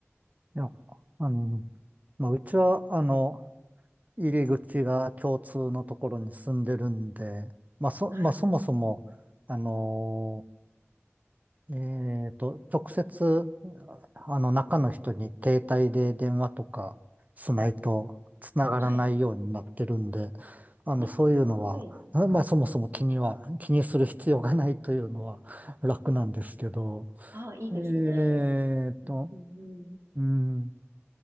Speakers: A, on the right; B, on the right.
A: いや、あの、まあ、うちは、あの、入り口が共通のところに住んでるんで、まあ、そ、
B: はい。
A: まあ、そもそも、あの、えっと、直接、あの、中の人に携帯で電話とかしないと繋がらないようになってるんで、
B: はい。
A: あの、
B: ああ、
A: そういうのは、
B: はい。
A: あまあ、そもそも気には、気にする必要がないというのは楽なんですけど、
B: ああ、いいですね。
A: えーっと、
B: うん、うん、うん。
A: うん、